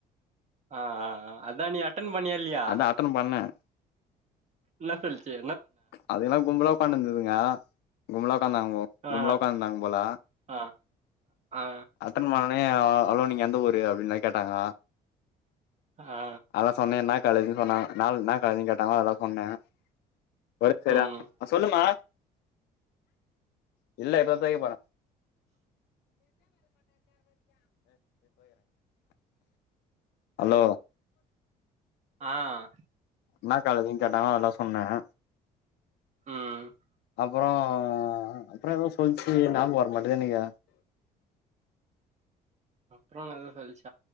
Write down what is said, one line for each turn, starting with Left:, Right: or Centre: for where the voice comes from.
Right: ஆஹ்ஹ் அதான் நீ அ ன் பனியல்லயா
Left: அதான் அட்டன் பண்ணேன்
Right: இன்ன சொல்ச்சி
Left: அதுல்லாம் கும்பலா உட்கா இருந்ததுங்க கும்பலா உட்காந்தாங்க
Right: ஆ
Left: கும்பலா உட்காபேல இருந்தாங்க போல
Right: ஆ ஆ
Left: அத்தனை ம உ ஹாலே நீங்க எந்த ஊரு அப்படின்னு கேட்டாங்க
Right: ஆ
Left: அதல்லாம் சொன்னேன் என்ன கழுதுனு சொன்னாங்க நால நான் கழுத கேட்டாங்க அதா சொன்னேன் ஒர சரா
Right: ம்
Left: சொல்லுமா <unintelligible> இல்ல இப்பற ஹலோ
Right: ஆஹ்
Left: என்னா காலேஜனு கேட்டாங்க அதெல்லாம் சொன்னேன்
Right: ஆஹம் <unintelligible>
Left: அப்புறம் அப்புறம் ஏதோ சொல்லிச்சு நான் வரமாட்டேனு நீங்க
Right: அப்புறம்தான் சொல்லச்சு <unintelligible>